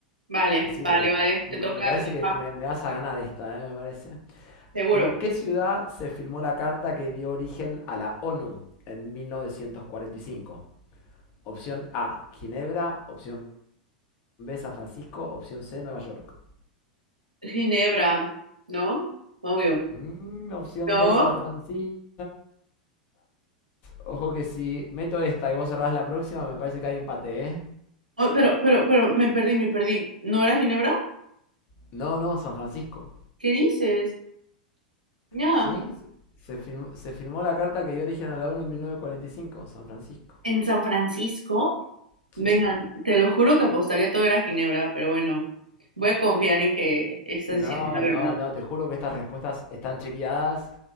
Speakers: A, on the right; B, on the left.
A: Vale,
B: me sirve.
A: vale, vale,
B: Me
A: te toca,
B: parece
A: te toca,
B: que me, me vas a ganar esta, eh, me parece.
A: seguro.
B: ¿En qué ciudad se firmó la carta que dio origen a la ONU en 1945? Opción A, Ginebra. Opción B, San Francisco. Opción C, Nueva York.
A: Ginebra, ¿no? Obvio.
B: Mm, opción
A: ¿No?
B: B, San Francisco. Ojo que si meto esta y vos cerrás la próxima, me parece que hay empate, ¿eh?
A: Oh, pero, pero, pero, me perdí, me perdí. ¿No era Ginebra?
B: No, no, San Francisco.
A: ¿Qué dices? Ya,
B: ¿Sí? Se, se firmó, se firmó la carta que dio origen a la ONU en 1945 San Francisco.
A: en San Francisco,
B: Sí.
A: venga, te lo juro que apostaría todo era Ginebra, pero bueno, voy a confiar en que estás
B: No,
A: diciendo la
B: no,
A: verdad.
B: no, te juro que estas respuestas están chequeadas.